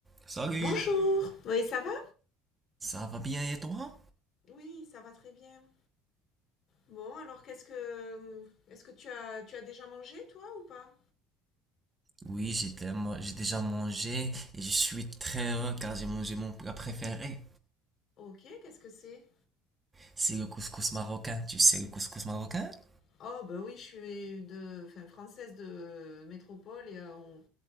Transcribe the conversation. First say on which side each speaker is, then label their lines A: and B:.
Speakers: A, on the right; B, on the left.
A: Salut,
B: Bonjour. Oui, ça va?
A: Ça va bien et toi?
B: Oui, ça va très bien. Bon, alors qu'est-ce que est-ce que tu as tu as déjà mangé toi ou pas?
A: Oui, j'ai tellement- j'ai déjà mangé et je suis très heureux car j'ai mangé mon plat préféré.
B: Ok, qu'est-ce que c'est?
A: C'est le couscous marocain. Tu sais le couscous marocain? <laughs>
B: Oh bah oui, je suis de enfin, française de métropole et euh, on,